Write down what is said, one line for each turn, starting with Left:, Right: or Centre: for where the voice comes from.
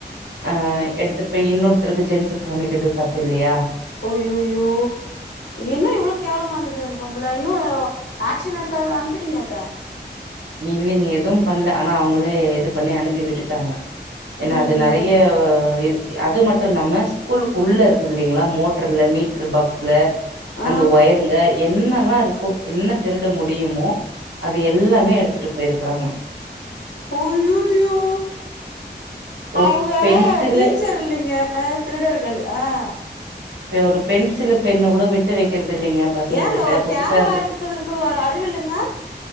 Right: ஆ எடுத்துட்டு போய் இன்னொருத்தருக்கு ஜென்ஸுக் காமிக்கற்து தப்பில்லையா
Left: ஐயயோ என்ன இவ்ளோ கேவலமா இருந்துக்குது அந்த பொம்புல இன்னு ஆக்ஷன் எடுக்காதா அனுப்பிட்டீங்க அத
Right: இல்லைங்க எதும் பண்ல ஆனா அவுங்குளே இது பண்ணி அனுப்பி விட்டுட்டாங்க ஏனா
Left: ம்
Right: அது
Left: ம்
Right: நெறைய இது அது மட்டு இல்லாம ஸ்கூலுக்கு உள்ள
Left: ம்
Right: இருக்குது இல்லலைங்ளா மோ ட்ருல மீட்ரு பாக்ஸ்ல
Left: ஆ
Right: அந்த ஒயர் ங்க என்னல்லா இருக்கோ என்ன திருட முடியுமோ அது எல்லாமே எடு த்துட்டு போயிருக்கிறாங்க
Left: ஐயய்யோ
Right: ஒரு
Left: அவங்க
Right: பென்சிலு
Left: டீச்சர் இல்லைங்க திருடர்கள் ஆ
Right: இப்ப ஒரு பென்சில் பெண்ணு கூட விட்டு வைக்கிறது இல்லைங்க பசங்க
Left: ஏங்க
Right: கிட்ட
Left: ஒரு
Right: புதுசா
Left: கேமரா
Right: இருந்து
Left: இருக்குதுன்னு கூட ஒரு அறிவு இல்லைங்க